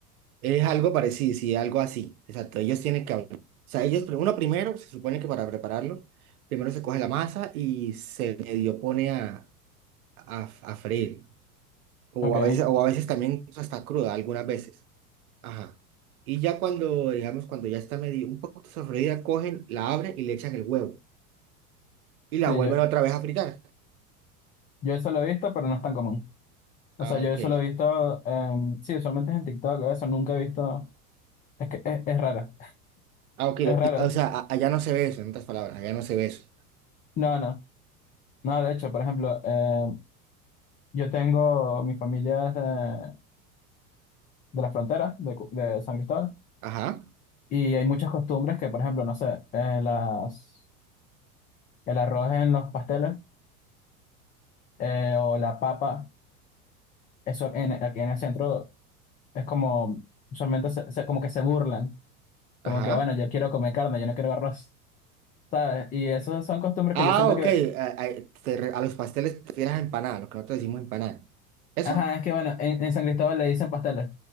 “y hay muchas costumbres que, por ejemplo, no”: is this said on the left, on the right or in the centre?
Left